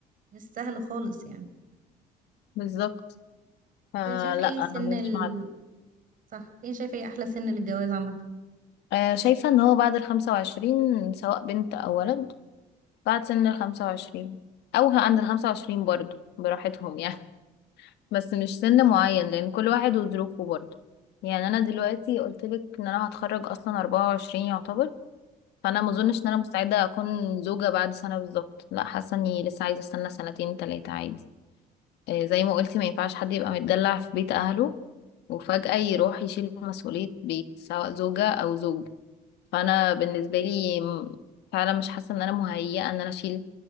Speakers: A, on the right; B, on the left.
A: مش سهل خالص يعني
B: بالظبط فلا
A: طب انت شايفة ايه
B: انا
A: سن ال
B: مش مع ده
A: صح انت شايفة ايه احلى سن للجواز عامة
B: آه، شايفه ان هو بعد الخمسة وعشرين سواء بنت او ولد بعد سن الخمسة وعشرين او عند الخمسة وعشرين برضه براحتهم يعني <laughs> بس مش سن معين لان كل واحد وظروفه برضه يعني انا دلوقتي قلت لك ان انا هتخرج اصلا 24 يعتبر فانا ما اظنش
A: مم،
B: ان انا مستعده اكون زوجه بعد سنه بالظبط لا حاسه اني لسه عايزه استنى سنتين تلاتة عادي آه، زي ما قلتي ما ينفعش حد يبقى متدلع في بيت اهله وفجاه يروح يشيل مسؤوليه بيت سواء زوجه او زوج فانا بالنسبه لي م- فعلا مش حاسه ان انا مهيئه ان انا اشيل